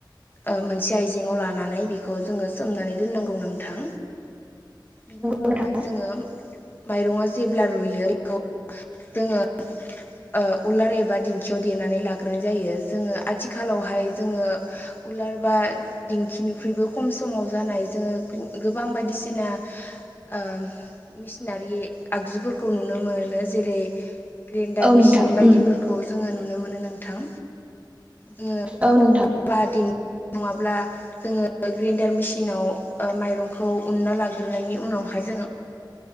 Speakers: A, on the left; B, on the right.
A: ओ मोनसे आइजेंआव लानानै बेखौ जोङो सोमनानै दोननांगौ नोंथां। बिनि उनावहाय
B: नोंथां
A: जोङो माइरङा जेब्ला रुयो बेखौ जोङो ओ उलार एबा दिंखियाव देनानै लाग्रोनाय जायो जोङो आथिखालावहाय जोङो उलार बा दिंखिनिख्रुइबो खम समाव जानाय जोङो गो- गोबां बायदिसिना आम मेसिनारि आगजु फोरखौ नुनो मोनो। जेरै ग्रेन्डार
B: औ नोंथां
A: मेसिन बायदिफोरखौ
B: उम
A: जोङो नुनो मोनो नोंथां। जो
B: औ नोंथां
A: उलार बा दिंखि नङाब्ला जोङो ग्रेन्डार मेसिनाव ओ माइरंखौ उन्ना लाग्रोनायनि उनावहाय जोङो